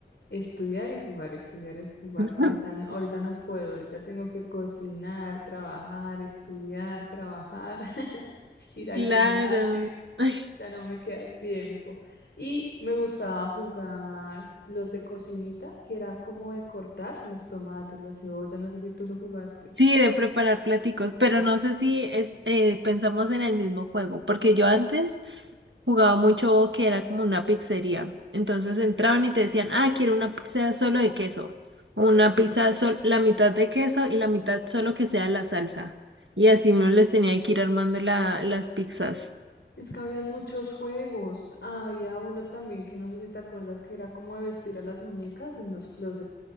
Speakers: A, on the left (about 70°); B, on the right (about 85°).
A: estudiar y jugar, estudiar y jugar.
B: <laughs>
A: Ahorita, no- ahorita no puedo, ahorita tengo que cocinar, trabajar, estudiar, trabajar, <laughs> ir al
B: Claro.
A: gimnasio.
B: Ay,
A: Ya no me queda tiempo. Y me gustaba jugar los de cocinita, que era como de cortar los tomates, la cebolla, no sé si tú lo jugaste.
B: Sí, de preparar platicos, pero no sé si es- eh, pensamos en el mismo juego, porque yo antes jugaba mucho que era como una pizzería. Entonces entraban y te decían, ah, quiero una pizza solo de queso, o una pizza sol la mitad de queso y la mitad solo que sea la salsa. Y así uno les tenía que ir armando la, las pizzas.
A: Es que habían muchos juegos. Había uno también que no sé si te acuerdas que era como de vestir a las muñecas en los closets,